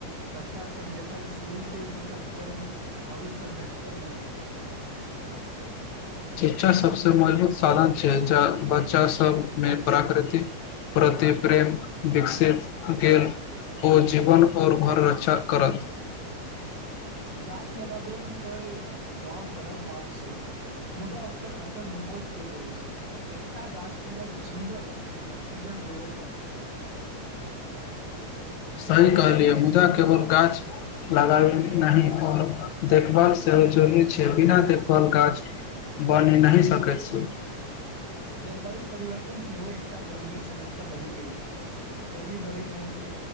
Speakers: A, on the right; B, on the left.
A: बच्चा सब जखन शुरू सिखत तऽ भविष्य सभ बेहतर बनत।
B: बच्चा सभसँ मजबूत साधन छै, बच्चा सभमे प्राकृतिक प्रति प्रेम विकसित गेल ओ जीवन आओर भर रचा करत
A: गाछ लगाबे त बहुत सरल काज छै मुदा ओकर असर बहुत पैघ एकटा गाछ पूरा जीवन ऑक्सीजन देब रह छै
B: सहि कहलियै मुदा केवल गाछ लगाब न आओर देखभाल सेहो जरूरी छै बिना देखभाल काज बन नहि सकैत छियै
A: जलवायु परिवर्तन सेहो एक गंभीर समस्या बनी गेल छै गर्मी बढ़ि रहल छै